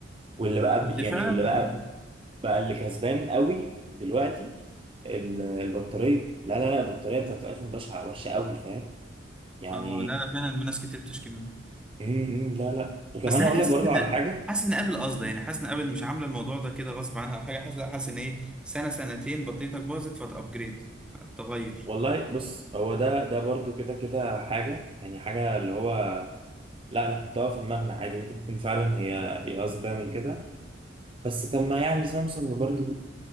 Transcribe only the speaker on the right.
واللي بقى
بي...
يعني واللي بقى بقى اللي كسبان قوي دلوقتي ال- البطارية لا لا لا البطارية بتاعت الآيفون بشعة وحشة قوي فاهم يعني
م- م- لا لا وكمان
أقول
لك برضو
على حاجة
والله بص هو ده ده برضو كده كده حاجة يعني حاجة اللي هو لا نحطها في دماغنا عادي ممكن تكون فعلا هي هي قصدي تعمل كده بس طب ما يعني سامسونج برضو